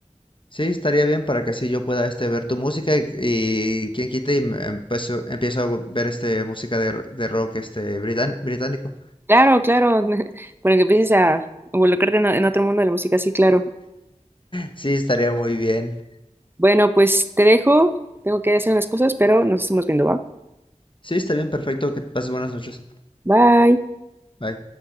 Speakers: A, on the left; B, on the right.
A: Sí, estaría bien para que así yo pueda este ver tu música y, y quien quite y me empiezo, empiezo a ver este música de, de rock este britan- británico.
B: Claro, claro, <laughs> para que empieces a involucrarte en, en otro mundo de la música, sí, claro.
A: Sí, estaría muy bien.
B: Bueno, pues te dejo. Tengo que hacer unas cosas, pero nos estamos viendo, ¿va?
A: Sí, está bien, perfecto, que pases buenas noches.
B: Bye.
A: Bye.